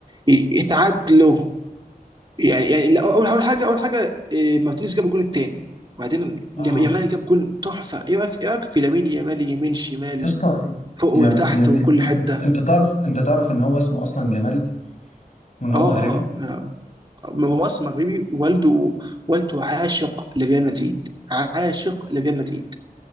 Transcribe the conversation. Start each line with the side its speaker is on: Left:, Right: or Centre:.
Right: ي- اتعادلوا يعني يعني لا، اول اول حاجه اول حاجه إيه، مارتينيز جاب الجون الثاني بعدين
Left: اه
Right: يم- يامال جاب جون تحفه ايه رايك ايه رايك في لامين يامال يمين شمال
Left: يا اسطى
Right: فوق
Left: يا
Right: وتحت
Left: يا مي-
Right: وكل حته
Left: انت تعرف انت تعرف ان هو اسمه اصلا جمال وان هو
Right: اه
Left: مغربي
Right: اه آه. هو اصلا مغربي والده والده عاشق لريال مدريد عاشق لريال مدريد